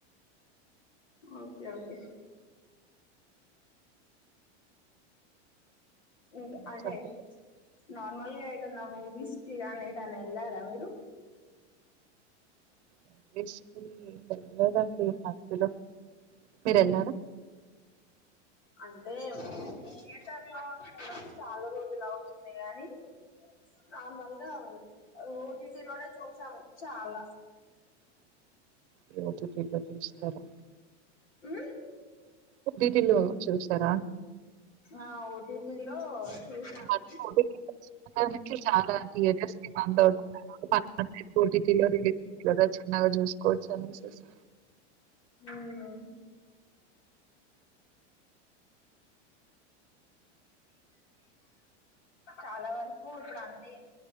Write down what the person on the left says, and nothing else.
ఓకె ఓకె ఇంకా
అంటే,
నార్మల్గా ఎటన్నా మూవీస్ స్టిరాన్ ఎటాన ఎల్లారా మీరు?
అంటే థియేటర్ లో చూడక చాలా రోజులు అవుతుంది గానీ, నార్మల్గా ఓటీటిలోనె చూసామ్ చాల.
ఆ
ఆ ఓటీటీ లో చూసాము
నయాన్ చాలా వరకు ఇప్పుడు అన్నీ